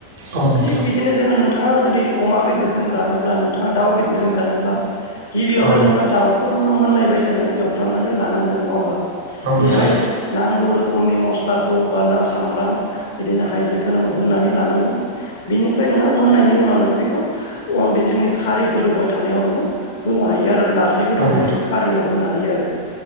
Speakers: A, on the right; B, on the left.
A: औ नोंथां औ नोंथां
B: थिग बिदिनो जोङो नोंथाङा जुदि अमा बेदरजों जानोब्ला नोंथाङा दाउ बेदरजों जानोब्ला गिबियावनो
A: औ नोंथां औ
B: नोङो दाउखौ नोङो मोननाय बाय <inaudible> नोङो एवफ्रामनानै लानांगोन नङा होनबा
A: नोंथां
B: बेहाय नांगौ रोखोमनि मस्लाखौ बा ना बा सामब्राम बिदिनो हायजेंखौ नों होनानै लानांगोन बिनिफ्राय नोङो मोननायनि उनाव नोङो बिखो खौ अन बे जोंनि खारै गोदौबाय थानायाव नोङो होनो हायो आरो नारजि गोदौनाय
A: औ
B: खारैयाव होनो हायो आरो